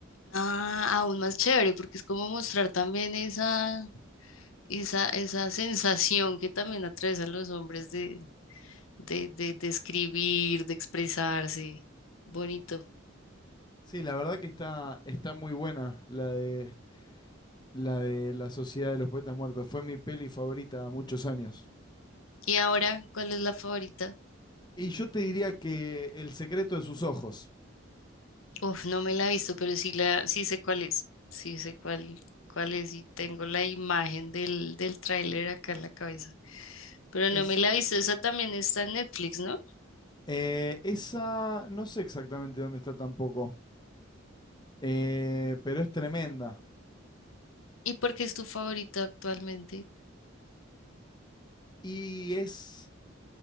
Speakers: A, on the left; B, on the left.
A: Ah, aún más chévere, porque es como mostrar también esa, esa, esa sensación que también atraviesan los hombres de, de, de, de escribir, de expresarse. Bonito.
B: Sí, la verdad que está, está muy buena la de, la de La Sociedad de los Poetas Muertos. Fue mi peli favorita muchos años.
A: ¿Y ahora cuál es la favorita?
B: Y yo te diría que El secreto de sus ojos.
A: Uf, no me la he visto, pero sí la, sí sé cuál es. Sí sé cuál, cuál es y tengo la imagen del, del tráiler acá en la cabeza. Pero
B: Es,
A: no me la he visto, esa también está en Netflix, ¿no?
B: eh, esa, no sé exactamente dónde está tampoco, eh, pero es tremenda.
A: ¿Y por qué es tu favorita actualmente?
B: Y es,